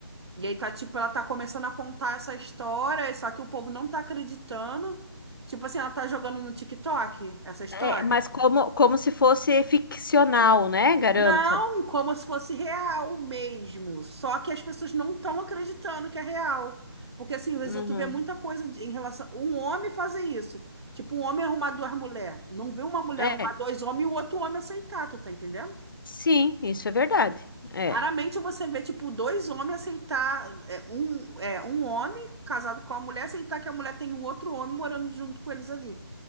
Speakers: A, on the right; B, on the left.
A: E aí tá tipo, ela tá começando a contar essa história, só que o povo não tá acreditando. Tipo assim, ela tá jogando no TikTok essa história.
B: É, mas como, como se fosse ficcional, né? Garanto.
A: Não, como se fosse real mesmo. Só que as pessoas não estão acreditando que é real. Porque assim, o vezes
B: Uhum.
A: vê muita coisa de- em relação. Um homem fazer isso. Tipo, um homem arrumar duas mulheres. Não vê uma mulher
B: É,
A: arrumar dois homens e o outro homem aceitar, tu tá entendendo?
B: sim, isso é verdade. É,
A: Raramente você vê, tipo, dois homens aceitar. é, um, é, um homem casado com a mulher aceitar que a mulher tem um outro homem morando junto com eles ali.